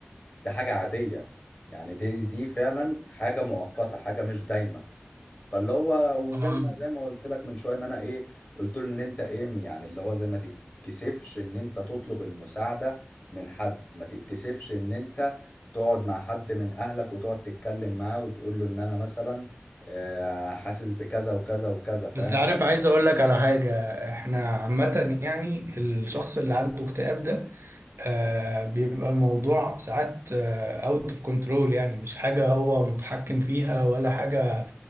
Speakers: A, on the left; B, on the right.
A: ده حاجة عادية يعني دي دي فعلا حاجة مؤقتة حاجة مش دايمة فاللي هو وزي
B: آه.
A: ما زي ما قلت لك من شوية ان انا ايه قلت له ان انت ايه يعني اللي هو زي ما تتكسفش ان انت تطلب المساعدة من حد ما تتكسفش ان انت تقعد مع حد من اهلك وتقعد تتكلم معاه وتقول له ان انا مثلا آه، حاسس بكذا وكذا وكذا فاهم
B: بس عارف عايز اقول لك على حاجة احنا عامة يعني الشخص اللي عنده اكتئاب ده آه بيبقى الموضوع ساعات اوت اوف كنترول يعني مش حاجة هو متحكم فيها ولا حاجة